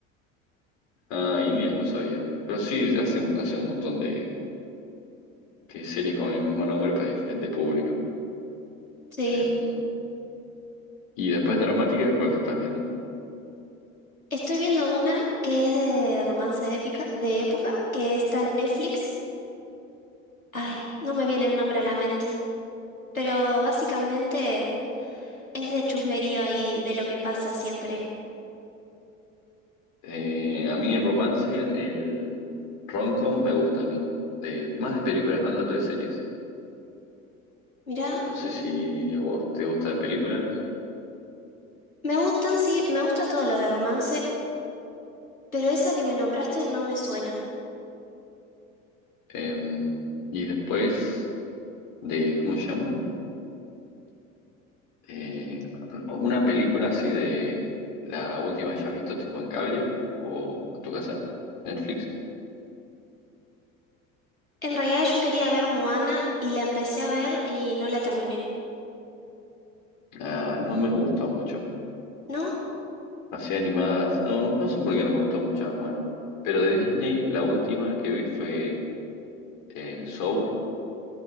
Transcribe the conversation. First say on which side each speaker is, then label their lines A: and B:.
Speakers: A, on the left (about 55°); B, on the left (about 85°).
A: Ah, India no sabía. Pero sí, hacen, hacen un montón de, de series con el mismo nombre para diferente público.
B: Sí.
A: Em, y después dramática, ¿cuál te estás viendo?
B: Estoy viendo una que es de romance de épica, de época, que está en Netflix. Ay, no me viene el nombre a la mente. Pero básicamente es de chusmerío ahí, de lo que pasa siempre.
A: Eh, a mí el romance, el rom-com me gusta a mí. De, más de películas, no tanto de series.
B: Mirá,
A: No sé
B: mm,
A: si a vos te gusta de películas.
B: me gustan, sí, me gusta todo lo de romance, pero esa que me nombraste no me suena.
A: Em, y después de, ¿cómo se llama? Eh, una película así de la última que hayas visto tipo en cable o en tu casa, Netflix.
B: En realidad yo quería ver Moana y la empecé a ver y no la terminé.
A: Ah, no me gusta mucho.
B: ¿No?
A: Así animadas, no, no sé por qué no me gustó mucho bueno Pero de Disney, la última que vi fue eh, Soul.